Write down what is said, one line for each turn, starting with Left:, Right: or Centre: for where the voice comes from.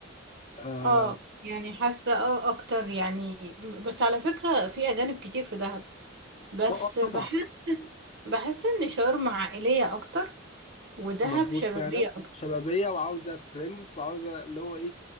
Left: اه
Right: اه يعني حاسة اه اكتر يعني م- بس على فكرة في اجانب كتير في دهب بس
Left: آه،
Right: بحس
Left: طبعا
Right: بحس ان شرم عائلية اكتر ودهب
Left: مظبوط
Right: شبابية
Left: فعلا
Right: اكتر
Left: شبابيه وعاوزه فريندز وعاوزه اللي هو ايه